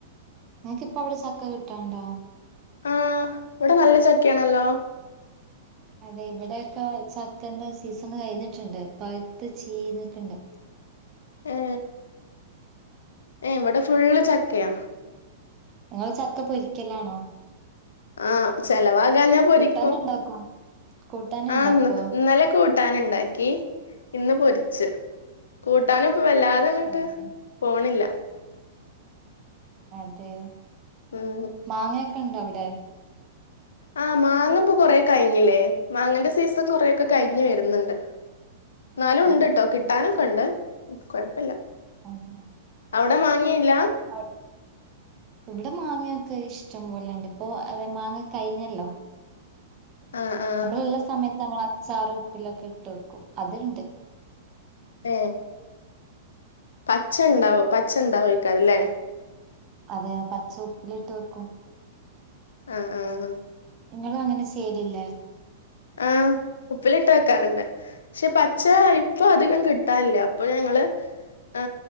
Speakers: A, on the right; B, on the left.
A: നിങ്ങക്കിപ്പോ അവിടെ ചക്ക കിട്ടാണ്ടോ
B: ആഹ് ഇവിടെ നല്ല ചക്കയാണല്ലോ
A: അതെ ഇവിടെയൊക്കെ ചക്കന്റെ സീസണ് കഴിഞ്ഞിട്ട്ണ്ട് പഴ്ത്ത് ചീഞ് ക്ക്ണ്ട്
B: ഏ ഏ ഇവിടെ ഫുള്ള് ച ക്കെയ
A: നിങ്ങള് ചക്ക പൊരിക്കലാണോ
B: ആഹ് ചെലവാകാഞ്ഞാപൊരിക്കും
A: കൂട്ടാന് ഇണ്ടാക്കോ കൂട്ടാന്
B: ആ
A: ഇണ്ടാക്കോ
B: ന്നത് ഇന്നലെ കൂട് ട്ടാന്ണ്ടാക്കി ഇന്ന് പൊരിച്ച് കൂട്ടാനും വല്ലാതെ അങ്ങട്ട്
A: അതെ
B: പോണില്ല
A: അതെ
B: ഉം
A: മാങ്ങയൊക്കെ ഇണ്ടോ അവിടെ
B: ആഹ് മാങ്ങപ്പൊ കൊറേ കഴിഞ്ഞില്ലേ മാങ്ങന്റെ സീസൺ കൊറെയൊക്കെ കഴിഞ്ഞു വര്ന്ന്ണ്ട് ന്നാലും
A: ആ
B: ഉണ്ട് ട്ടോ കിട്ടാനും ക്കെണ്ട് കൊഴപ്പല്ല
A: <unintelligible>
B: അവിടെ മാങ്ങയില്ല
A: അവ് ഇവിടെ മാങ്ങയൊക്കെ ഇഷ്ടം പോലെണ്ട് ഇപ്പൊ അതെ മാങ്ങ കഴിഞ്ഞല്ലോ
B: ആഹ് ആഹ്
A: നമ്മള്‌ള്ളസമയത് നമ്മള അച്ചാറു ഉപ്പിലൊക്കെ ഇട്ട് വെക്കും അത്ണ്ട്
B: ഏ പച്ച ഇണ്ടാവും പച്ച ഇണ്ടാ വൊയ്ക്കാരല്ലേ
A: അതെ പച്ച ഉപ്പിലിട്ട് വെക്കും
B: ആഹ് ആ ഹ
A: ഇങ്ങളും അങ്ങനെ ചെയ്യലില്ലേ
B: ആഹ് ഉപ്പിലിട്ട് വക്കാറുണ്ട് ക്ഷെ പച്ച ഇപ്പൊ അധികം കിട്ടാൻല്ല അപ്പൊ ഞങ്ങള് ഏ